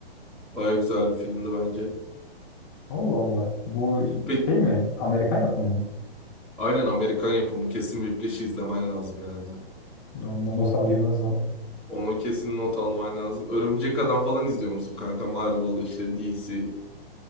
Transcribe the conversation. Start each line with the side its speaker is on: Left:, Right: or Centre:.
Centre: Baya güzel bir filmdi bence.
Left: <laughs> Allah Allah. Bu
Centre: Pek
Left: şey mi? Amerikan yapımı mı?
Centre: aynen Amerikan yapımı kesin Whiplash'i izlemen lazım yani.
Left: Ondan not alayım o zaman.
Centre: Onu kesin not alman lazım. Örümcek Adam falan izliyor musun kanka? Marvel işte DC.